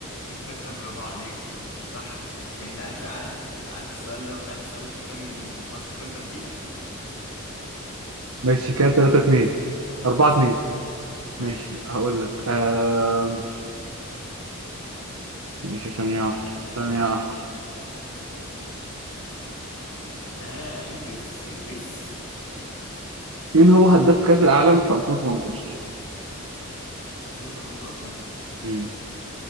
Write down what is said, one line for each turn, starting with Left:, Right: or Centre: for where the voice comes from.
Left: ده <laughs> برافو عليك صح يعني انت عارف عارف ال- عارف السؤال ده مش عارف السؤال فيه كام الماتش فيه كام تبديلة
Right: ماشي
Left: <laughs> طب
Right: كده
Left: ماشي
Right: 3 2
Left: اس-
Right: 4
Left: اسأل
Right: 2
Left: ماشي
Right: ماشي هقول لك آم، ماشي ثانية واحدة ثانية واحدة
Left: ها انجز انجز
Right: مين هو هداف كأس العالم في 2018
Left: 2018
Right: امم